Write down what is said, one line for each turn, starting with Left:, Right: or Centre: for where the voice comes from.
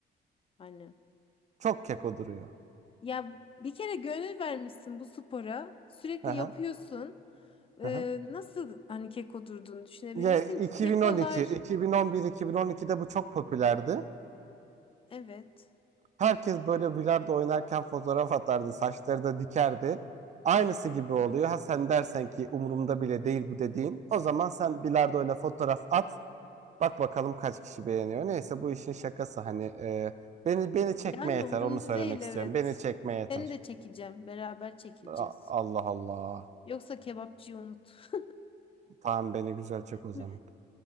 Left: Hani
Right: Çok keko duruyor.
Left: ya bir kere gönül vermişsin bu spora. Sürekli
Right: Hı-hı.
Left: yapıyorsun.
Right: Hı-hı.
Left: Ee, nasıl hani keko durduğunu düşünebilirsin
Right: Ya 2012,
Left: ki? Kekolar
Right: 2011, 2012'de bu çok popülerdi.
Left: evet.
Right: Herkes böyle bilardo oynarken fotoğraf atardı, saçları da dikerdi. Aynısı gibi oluyor. Ha sen dersen ki umurumda bile değil bu dediğin. O zaman sen bilardoyla fotoğraf at. Bak bakalım kaç kişi beğeniyor. Neyse bu işin şakası hani e, beni beni çekme
Left: Yani
Right: yeter
Left: umurumda
Right: onu söylemek
Left: değil
Right: istiyorum.
Left: evet.
Right: Beni çekme yeter.
Left: Seni de çekeceğim. Beraber çekileceğiz.
Right: A- Allah Allah.
Left: Yoksa kebapçıyı unut.
Right: Tamam beni güzel çek o zaman.
Left: <laughs>